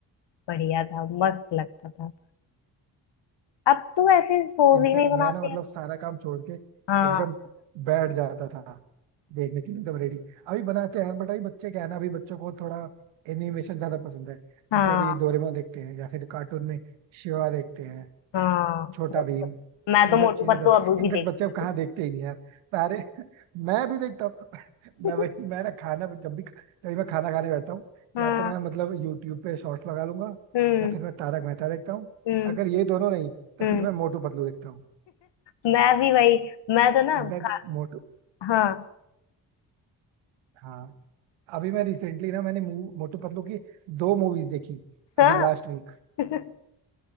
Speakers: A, on the left (about 65°); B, on the right (about 85°).
A: बढ़िया था मस्त लगता था अब तो ऐसे शोज
B: इनफैक्ट
A: ही नहीं बनाते
B: मैं ना मतलब
A: हैं
B: सारा काम छोड़ के
A: हाँ
B: एकदम बैठ जाता था देखने के लिए एकदम रेडी अभी बनाते हैं यार बट अभी बच्चे क्या है ना अभी बच्चों को थोड़ा एनिमेशन ज्यादा पसंद है
A: हाँ
B: जैसे अभी डोरेमोन देखते हैं या फिर कार्टून में शिवा देखते हैं
A: हाँ
B: छोटा
A: मोटू
B: भीम
A: पतलू। मैं
B: ये
A: तो मोटू
B: सब चीजें
A: पतलू
B: सब
A: अभी
B: इनफेक्ट
A: भी देखती
B: बच्चे अब कहाँ
A: हूँ
B: देखते ही नहीं यार सारे <laughs> मैं भी देखता हूँ <laughs>
A: <laughs>
B: मैं वही मैं ना खाना जब भी जब भी मैं खाना खाने बैठता हूँ
A: हाँ
B: या तो मैं मतलब यूट्यूब पे शॉर्ट्स लगा लूंगा
A: हम्म
B: या फिर मैं तारक मेहता देखता हूँ
A: हम्म
B: अगर ये दोनों नहीं तो
A: हम्म
B: फिर मैं मोटू पतलू देखता हूँ
A: मैं भी वही मैं तो ना
B: इनफैक्ट
A: खा,
B: मोटू
A: हाँ
B: हाँ अभी मैं रिसेंटली ना मैंने मू- मोटू पतलू की दो मूवीज देखी
A: हाँ
B: अभी लास्ट वीक
A: <laughs>